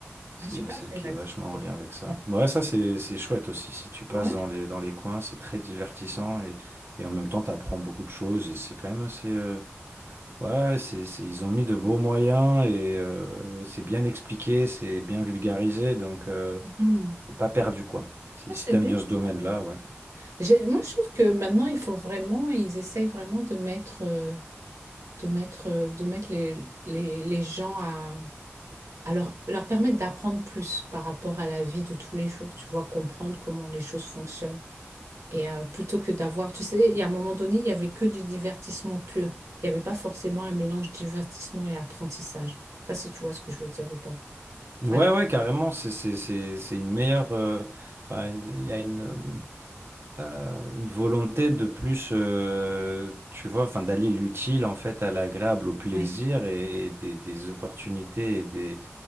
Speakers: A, on the right; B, on the right.
A: C'est,
B: Ah, j'ai pas
A: c'est
B: fait
A: qui
B: d'activité.
A: est vachement en lien avec ça.
B: Ouais.
A: Ouais, ça, c'est, c'est chouette aussi. Si tu passes
B: Ouais.
A: dans les, dans les coins, c'est très divertissant et, et en même temps, tu apprends beaucoup de choses et c'est quand même assez. euh, ouais, c'est, c'est- ils ont mis de beaux moyens et euh, c'est bien expliqué, c'est bien vulgarisé, donc euh,
B: Mhm.
A: t'es pas perdu, quoi. Si,
B: Ah,
A: si
B: c'est
A: t'aimes
B: bien
A: bien ce domaine-là,
B: ça.
A: ouais.
B: J'ai- moi, je trouve que maintenant, il faut vraiment, ils essayent vraiment de mettre... euh, de mettre, euh, de mettre les, les, les gens à, à leur, leur permettre d'apprendre plus par rapport à la vie de tous les jours, tu vois, comprendre comment les choses fonctionnent. Et euh, plutôt que d'avoir, tu sais, il y a un moment donné, il n'y avait que du divertissement pur. Il n'y avait pas forcément un mélange divertissement et apprentissage. Je sais Pas si tu vois ce que je veux dire ou pas.
A: Ouais,
B: Par exemple,
A: ouais, carrément, c'est, c'est, c'est, c'est une meilleure. euh, Enfin, une- il y a une. euh, une volonté de plus, euh, tu vois, enfin, d'aller l'utile en fait à l'agréable, au plaisir
B: oui.
A: et, et des, des opportunités et des,